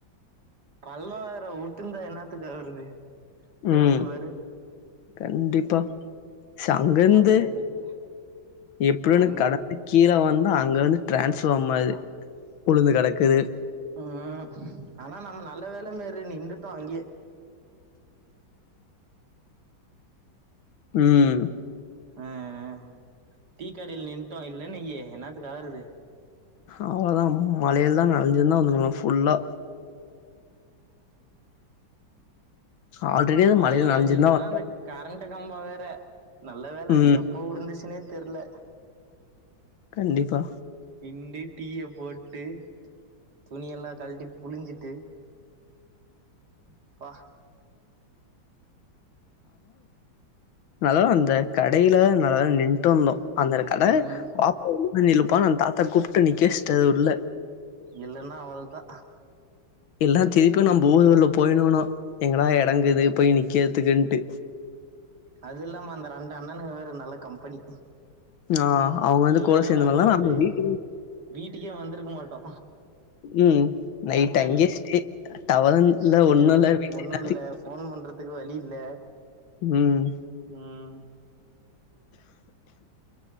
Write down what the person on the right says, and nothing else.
பள்ளோ வேற உட்ருந்தா என்னாத்துக்கு ஆவுறது யோசிச்சு
பாரு
நல்ல வேல
அங்
ம் ஆனா நம்ம நல்ல வேல மேரி நின்டுட்டோ அங்கே
ஆ ஆ டீக்கடைல நின்ட்டோ இல்லன் வையு என்னாத்துக்கு ஆறது
மழைல
நெனஞ்சியிருந்தனா
அந்த கரண்ட்டு கம்போ வேற நல்ல வேல
அது எப்ப ப உழுந்துச்சுன்னே தெர்ல
நின்டு டீய போட்டு துணியெல்லா கழட்டி புழிஞ்சிட்டு ப்பா
ம்
இல்லன்னா அவள்தா
அது இல்லாம அந்த ரெண்டு அண்ணனுங்க வேற நல்ல கம்பனி
இல்லன்னா
நம்ப வந்து
வீட்டுக்கே வந்துருக்க மாட்டோ
கரெக்டா
இல்லையா
ஸ்டேதா
ஒண்ணு
இல்ல ஃபோன் பண்றதுக்கு வழி இல்ல
ம்